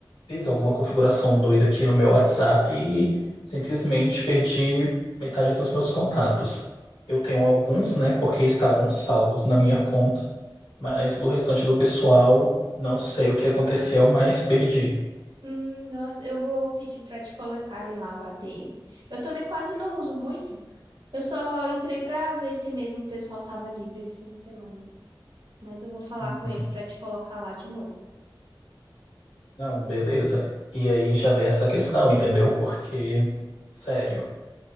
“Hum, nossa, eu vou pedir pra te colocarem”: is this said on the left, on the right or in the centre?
Right